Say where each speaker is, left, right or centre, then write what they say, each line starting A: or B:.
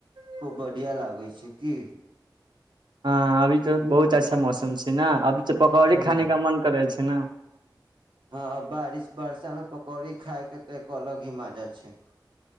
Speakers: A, on the right (about 85°); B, on the right (about 70°).
A: खूब बढ़िआँ लागै छै की।
B: हँ अभी तऽ बहुत अच्छा मौसम छै ने अभी तऽ। पकौड़ी
A: ह
B: खाने का मन करै छै न।
A: हँ बारिश बरषा मे पकौड़ी खाायके तऽ एको अलग ही माजा छै